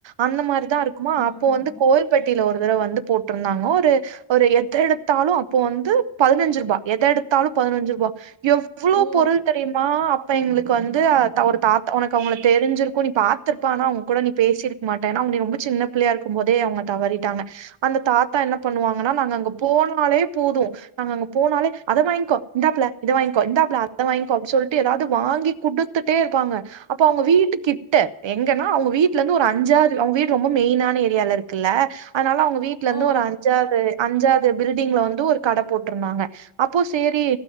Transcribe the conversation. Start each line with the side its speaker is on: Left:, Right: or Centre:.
Right: அந்த மாதிரிதான் இருக்குமா
Left: ம்
Right: அப்போ வந்து கோவில்பட்டியில ஒரு தடவ வந்து போட்டிருந்தாங்க ஒரு ஒரு எத்த எடுத்தாலும் இப்ப வந்து பதினஞ்சு ரூபா எத எடுத்தாலும் பதினஞ்சு ரூபா எவ்ளோ
Left: ஓ
Right: பொருள் தெரியுமா அப்ப எங்களுக்கு வந்து ஒரு தாத்தா உனக்கு அவங்கள தெரி்ஞ்சுருக்கும் நீ பாத்திருப்ப ஆனா அவங்க கூட நீ பேசிருக்க மாட்டேன் ஏன்னா அவ நீ ரொம்ப சின்ன பிள்ளயா இருக்கும் போதே அவங்க தவறிட்டாங்க அந்த தாத்தா என்ன பண்ணுவாங்கன்னா நாங்க அங்கே போனாலே போதும் நாங்க அங்க போனாலே அத வாங்கிக்கோ இந்தாபுல இத வாங்கிக்கோ இந்தாபுல அத வாங்கிக்கோ அப்டின்னு சொல்லிட்டு ஏதாவது வாங்கி குடுத்துட்டே இருப்பாங்க அப்போ அவங்க வீட்டு கிட்ட எங்கன்னா அவங்க வீட்டுல இருந்து ஒரு அஞ்சாறு அவங்க வீட்டு ரொம்ப மெயினான ஏரியால இருக்குல்ல அதனால அவங்க வீட்ல இருந்து
Left: ஓ
Right: ஒரு அஞ்சாது அஞ்சாது பில்டிங்ல வந்து து ஒரு கட போட்ருந்தாங்க அப்போ சேரி